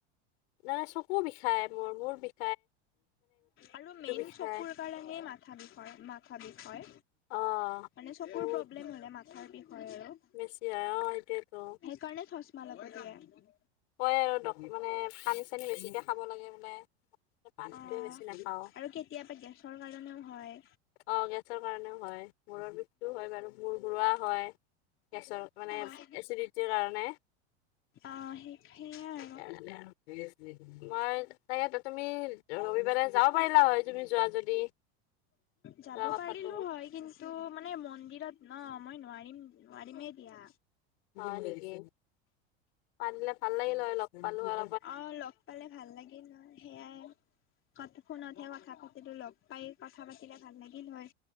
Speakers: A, on the left; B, on the left.
A: নাই চকু বিষাই মোৰ মোৰ বিষ
B: আৰু মেইন
A: বিষাই
B: চকুৰ কাৰণেই মাথা বিষ - মাথা বিষ হয়।
A: অ
B: মানে চকুৰ
A: বহুত
B: প্ৰব্লেম হলে মাথাৰ বিষ হয় আৰু।
A: বেছি হয় অ সেইটোয়েতো
B: সেইকাৰণে চচমা লব দিয়ে।
A: ক আৰু মানে সানি চানি বেছিকৈ খাব লাগে, বোলে পানীটোৱে
B: অ',
A: বেছি নাখাও।
B: আৰু কেতিয়াবা গেছৰ কাৰণেও হয়।
A: অ, গেছৰ কাৰণেও হয় মূৰৰ বিষটোও হয় বাৰু মূৰ ঘৰুৱা হয়। গেছৰ মানে
B: অ',
A: এচিডিটিৰ কাৰণে।
B: অ, সেই সেয়া
A: সেইকাৰণে
B: আৰু।
A: <unintelligible> মই তকেটো তুমি ৰবিবাৰে যাব পাৰিলা হয় তুমি যোৱা যদি।
B: যাব
A: যোৱা কথাটো
B: পাৰিলো হয় কিন্ত তটো মানে মন্দিৰত ন মই নোৱাৰিম - নোৱাৰিমেই দিয়া।
A: হয় নেকি পাৰিলে ভাল লাগিল হয় লগ পালো আৰু।
B: অ, লগ পালে ভাল লাগে ন সেইয়াই। ক ফোনতহে কথা পাতিলো লগ পাই কথা পাতিলে ভাল লাগিল হয়।